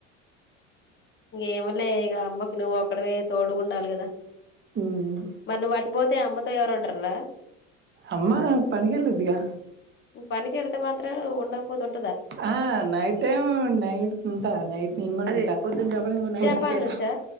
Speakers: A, on the left; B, on the right.
A: ఏమోలేఇక అమ్మకి నువ్వు అక్కడవే తోడుగా ఉండాలి కదా
B: ఉమ్
A: మరి నువ్వు మట్పోతే అమ్మతో ఎవరు ఉంటార రా
B: అమ్మా పనికెళ్ళిద్దిగా
A: ను పనికి వెళ్తే మాత్రం ఉండ పోతన్
B: ఆ నైట్ టైం నైట్ ఉంటా నైట్ నేన్ కూడా ఉంటా పొద్దున జపాన్ పోయి నైట్
A: జపాన్
B: వచ్చేరా
A: నుంచా